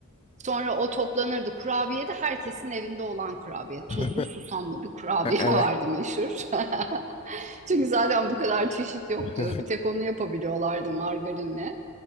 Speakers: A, on the right (about 35°); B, on the left (about 25°).
A: Sonra o toplanırdı. Kurabiye de herkesin evinde olan kurabiye. Tuzlu,
B: <laughs>
A: susamlı bir kurabiye
B: Ha, Evet.
A: vardı meşhur. <laughs> Çünkü zaten bu kadar çeşit yoktu.
B: <laughs>
A: Bir tek onu yapabiliyorlardı margarinle.